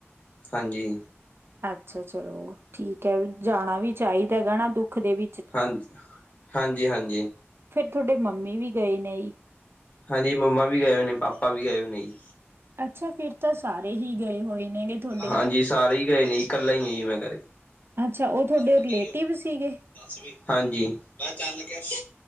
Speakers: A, on the left (about 40°); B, on the right (about 60°).
A: ਹਾਂਜੀ।
B: ਅੱਛਾ ਚਲੋ ਠੀਕ ਐ ਜਾਣਾ ਵੀ ਚਾਹੀਦਾ ਹੈਗਾ ਨਾ ਦੁੱਖ ਦੇ ਵੀ-
A: ਹਾਂ, ਹਾਂਜੀ-ਹਾਂਜੀ।
B: ਫਿਰ ਤੁਹਾਡੇ ਮੰਮੀ ਵੀ ਗਏ ਨੇ ਈ
A: ਹਾਂਜੀ ਮੰਮਾ ਵੀ ਗਏ ਹੋਏ ਨੇ ਪਾਪਾ ਵੀ ਗਏ ਹੋਏ ਨੇ ਜੀ।
B: ਅੱਛਾ, ਫਿਰ ਤਾਂ ਸਾਰੇ ਹੀ ਗਏ ਹੋਏ ਵੀ ਤੁਹਾਡੇ।
A: ਹਾਂਜੀ ਸਾਰੇ ਹੀ ਗਏ ਨੇ ਇਕੱਲਾ ਹੀ ਮੈਂ ਘੱਰੇ।
B: ਅੱਛਾ ਉਹ ਤੁਹਾਡੇ
A: ਲੜਦੀ
B: ਰਿਲੇਟਿਵ
A: ਆ
B: ਸੀਗੇ
A: ਦੱਸ ਵੀ ਹਾਂਜੀ ਮੈਂ ਚੱਲ ਗਿਆ।